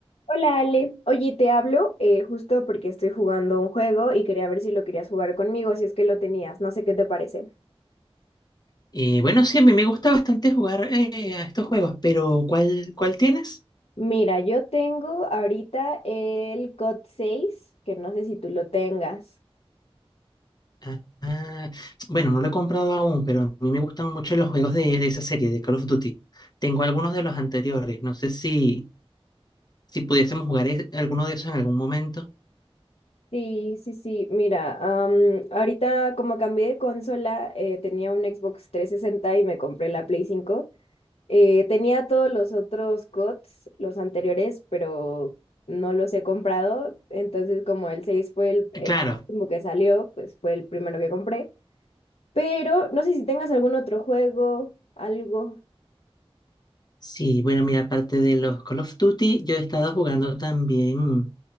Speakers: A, on the left; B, on the left.
A: Hola Ale, oye, te hablo eh, justo porque estoy jugando un juego y quería ver si lo querías jugar conmigo, si es que lo tenías, no sé qué te parece.
B: Y bueno, sí, a mí me gusta bastante jugar eh, a estos juegos, pero ¿cuál, cuál tienes?
A: Mira, yo tengo ahorita el COD 6, que no sé si tú lo tengas.
B: Ah, ah, bueno, no lo he comprado aún, pero a mí me gustan mucho los juegos de, de esa serie, de Call of Duty. Tengo algunos de los anteriores, no sé si, si pudiésemos jugar e- alguno de esos en algún momento.
A: Sí, sí, sí, mira, am, ahorita como cambié de consola, eh, tenía un Xbox 360 y me compré la Play 5 Eh, tenía todos los otros COTS, los anteriores, pero no los he comprado. Entonces, como el 6 fue el, el
B: Ah, Claro,
A: último que salió, pues fue el primero que compré. Pero no sé si tengas algún otro juego, algo.
B: sí, bueno, mira, aparte de los Call of Duty, yo he estado jugando también.